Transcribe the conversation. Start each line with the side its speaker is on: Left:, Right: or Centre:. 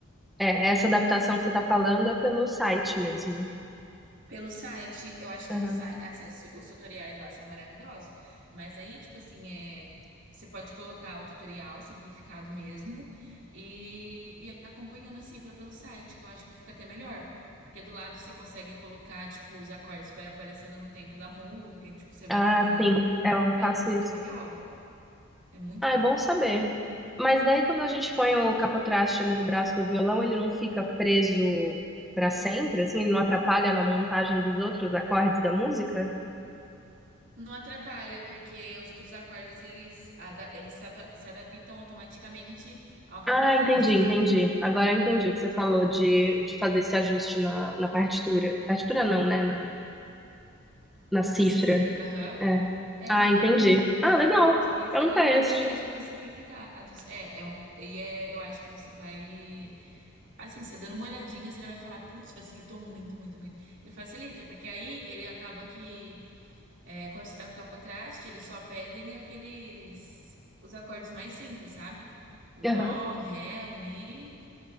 Centre: É, essa adaptação que você tá falando é pelo site mesmo.
Right: Pelo site, eu acho
Centre: Aham.
Right: que no site, assim, os, os tutoriais lá são maravilhosos, mas aí, tipo assim, é, você pode colocar o tutorial simplificado mesmo e, e acompanhando a cifra pelo site, que eu acho que fica até melhor, porque do lado você consegue colocar, tipo, os acordes para aparecendo no tempo da música, e, tipo, você
Centre: Ah,
Right: vai acompanhando,
Centre: sim, é, eu
Right: é
Centre: faço
Right: muito
Centre: isso.
Right: legal, é muito
Centre: Ah,
Right: bom.
Centre: é bom saber. Mas daí quando a gente põe o capotraste ali no braço do violão, ele não fica preso para sempre, assim, ele não atrapalha na montagem dos outros acordes da música?
Right: Não atrapalha, porque os outros acordes, eles, ada- eles se, ata- se adaptam automaticamente ao capotraste,
Centre: Ah, entendi, entendi.
Right: entendeu?
Centre: Agora eu entendi o que você falou de, de fazer esse ajuste na, na partitura. Partitura não, né? Na, na cifra.
Right: Na cifra, aham.
Centre: É.
Right: É,
Centre: Ah,
Right: então,
Centre: entendi.
Right: eles
Centre: Ah, legal.
Right: utiliza
Centre: É um
Right: e
Centre: teste.
Right: todos eles ficam simplificados. É, é um, e é, eu acho que você vai, assim, você dando uma olhadinha, você já vai falar, putz, facilitou muito, muito, muito. Ele facilita, porque aí ele acaba que, é, quando você tá com capotraste, eles só pedem aqueles, os acordes mais simples, sabe? O dó,
Centre: Aham.
Right: o ré, o mi